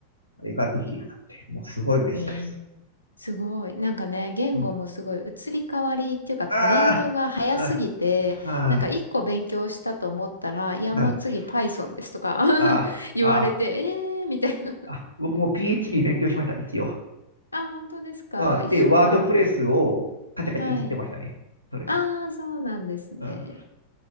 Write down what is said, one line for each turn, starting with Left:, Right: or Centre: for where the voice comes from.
Right: あれができるようになって、もうすごい嬉しいです。
Left: えーすごい。なんかね、言語もすごい移り変わりっていうかトレンドが早すぎて、
Right: うんああ、ああ、
Left: なんか一個勉強したと思ったら、いやもう次
Right: ああ。
Left: Python ですとか
Right: あ、
Left: <laughs> 言われて、
Right: あ、
Left: えーみたいな。
Right: あ、
Left: <laughs>
Right: 僕も PHP 勉強しました、一応。
Left: あ、本当ですか一緒だ。
Right: うん、で、ワードプレスをカチャカチャいじってましたね。
Left: はい。
Right: それで。
Left: ああ、そうなんですね。
Right: うん、